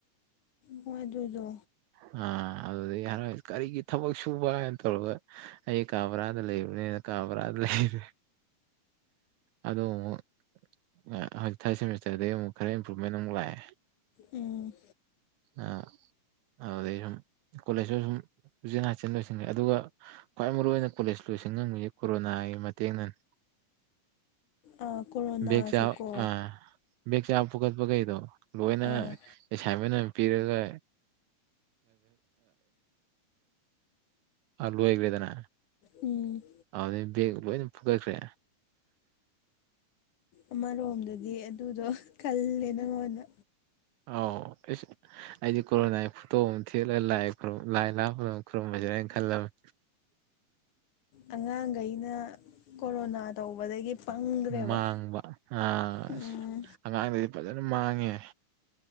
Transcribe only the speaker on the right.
ꯑꯥ ꯑꯗꯨꯗꯒꯤ ꯍꯥꯏꯔ ꯀꯔꯤꯒꯤ ꯊꯕꯛ ꯁꯨꯕ ꯍꯥꯏꯅ ꯇꯧꯔꯒ ꯑꯩ ꯀꯥ ꯕꯔꯥꯗ ꯂꯩꯕꯅꯤꯅ ꯀ ꯕ꯭ꯔꯥꯗ ꯂꯩꯔꯦ ꯑꯗꯨ ꯑꯃꯨꯛ ꯑꯥ ꯊꯥꯔꯠ ꯁꯦꯁꯇꯔꯗꯒꯤ ꯑꯃꯨꯛ ꯈꯔ ꯏꯝꯄ꯭ꯔꯨꯃꯦꯟ ꯑꯃꯨꯛ ꯂꯥꯛꯑꯦ
ꯑꯥ ꯑꯗꯨꯗꯩ ꯁꯨꯝ ꯀꯣꯂꯦꯖꯇ ꯁꯨꯝ ꯄꯨꯆꯤꯟ ꯍꯥꯆꯤꯟ ꯂꯣꯏꯁꯤꯡꯉꯦ ꯑꯗꯨꯒ ꯈ꯭ꯋꯥꯏ ꯃꯔꯨꯏ ꯑꯣꯏꯅ ꯀꯣꯂꯦꯖ ꯂꯣꯏꯁꯟ ꯉꯝꯃꯤꯁꯦ ꯀꯣꯔꯣꯅꯥꯒꯤ ꯃꯇꯦꯡꯅꯅꯦ
ꯕꯦꯛ ꯆꯥꯕ ꯑꯥ ꯕꯦꯛ ꯆ ꯄꯨꯒꯠꯄꯈꯩꯗꯣ ꯂꯣꯏꯅ
ꯑꯦꯁ꯭ꯥꯟꯃꯦꯟ ꯑꯃ ꯄꯤꯔꯒ ꯑ ꯂꯣꯏ ꯑꯣꯏꯈ꯭ꯔꯦꯗꯅ
ꯑꯗꯨꯩ ꯕꯦꯒ ꯂꯣꯏꯅ ꯐꯨꯒꯠꯈ꯭ꯔꯦ
ꯑꯥꯎ ꯑꯩꯗꯤ ꯀꯣꯔꯣꯅꯥꯒꯤ ꯐꯣꯇꯣ ꯑꯃ ꯊꯦꯠꯂ ꯂꯥꯏ ꯂꯥꯏ ꯂꯥꯞꯄꯗ ꯈꯨꯔꯨꯝꯃꯖꯤꯔ ꯑꯅ ꯈꯜꯂꯝꯃꯤ
ꯃꯥꯡꯕ ꯑꯥꯁ
ꯑꯉꯥꯡꯗꯗꯤ ꯐꯖꯅ ꯃꯥꯡꯉꯦ